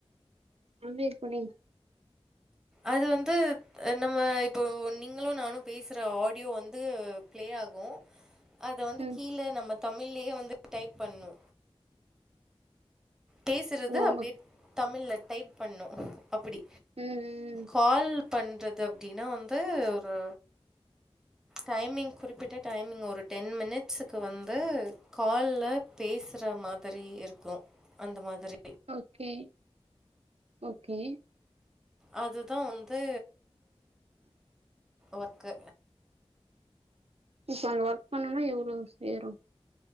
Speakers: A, on the right; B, in the centre.
A: ஆமைப்பண்ணை <unintelligible>
B: அது வந்து நம்ம இப்போ நீங்களு‌ நானு பேசுற ஆடியோ வந்து பிளே ஆகு அத வந்து
A: ம்
B: கீழே நம்ம தமிழ்லேயே வந்து டைப் பண்ணு பேசுறத
A: ஓ உங்க
B: அப்டியே தமிழ்ல்ல டைப் பண்ணு அப்புடி
A: ம் ம்
B: கால் பண்றது அப்டின்னா வந்து ஒரு டைமிங் குறிப்பிட்ட டைமிங் ஒரு டென் மினிட்ஸுக்கு வந்து கால்ல பேசுற மாதிரி இருக்கு அந்த மாதிரி
A: ஓகே ஓகே
B: அதுதா வந்து ஒர்க்கு
A: இப்ப அங்க ஒர்க் பண்ணனா எவ்வளோ சேரு